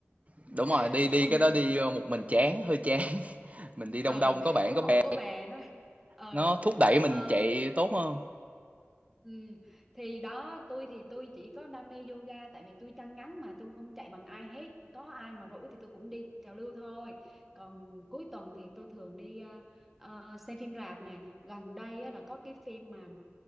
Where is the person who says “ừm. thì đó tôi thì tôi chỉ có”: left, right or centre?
Centre